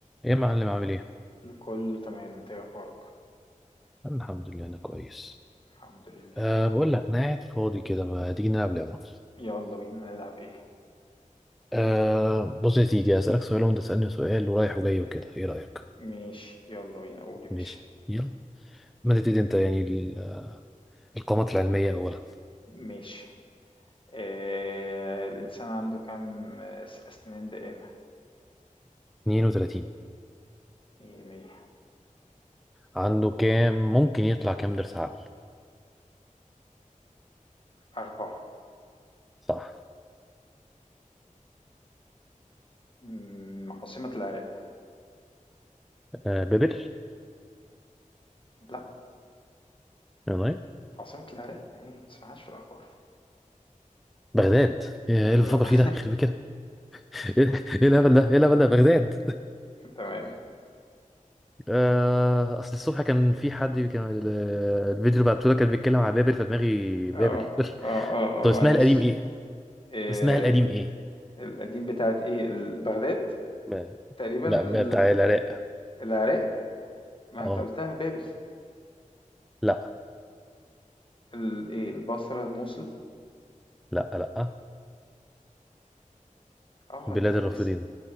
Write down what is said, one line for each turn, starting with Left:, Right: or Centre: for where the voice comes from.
Centre: ايه يا معلم عامل ايه؟
Left: كله تمام انت ايه اخبارك
Centre: أنا الحمد لله انا كويس
Left: الحمد لله
Centre: أه بقول لك انا قاعد فاضي كده ما تيجي نلعب لعبة
Left: يلا بينا نلعب ايه
Centre: أه بص يا سيدي هسألك سؤال وانت تسألني سؤال ورايح وجاي وكده ايه رأيك؟
Left: ماشي يلا بينا قول يا باشا
Centre: ماشي يلا ما تبتدي انت يعني ال- القامات العلمية اولا
Left: ماشي آه الانسان عنده كام آه، اسنان دائمة
Centre: 32
Left: مية مية
Centre: عنده كام ممكن يطلع كام ضرس عقل؟
Left: أربعة
Centre: صح
Left: مم، عاصمة العراق
Centre: أه بابل
Left: لا
Centre: والله
Left: عاصمة العراق هي ما تسمعهاش في الأخبار
Centre: بغداد ايه
Left: أيوة
Centre: اللي بفكر فيه
Left: <laughs>
Centre: ده يخرب بيه كده <laughs> ايه إيه الهبل ده ايه الهبل ده بغداد
Left: تمام
Centre: آه، اصل الصبح كان في حد كان ال- الفيديو اللي بعته لك كان بيتكلم على بابل فدماغي بابل
Left: اه اه
Centre: <laughs>
Left: اه
Centre: طب
Left: اه
Centre: اسمها
Left: معلش
Centre: القديم ايه
Left: آه،
Centre: اسمها القديم ايه
Left: القديم بتاعت ايه ال- بغداد
Centre: ما.
Left: تقريبا
Centre: لا
Left: ال...
Centre: ما بتاع العراق
Left: العراق ما
Centre: اه
Left: انت قلتها بابل
Centre: لا
Left: ال- ايه البصرة الموصل
Centre: لا لا
Left: اه
Centre: بلاد
Left: ليها
Centre: الرافدين
Left: اسم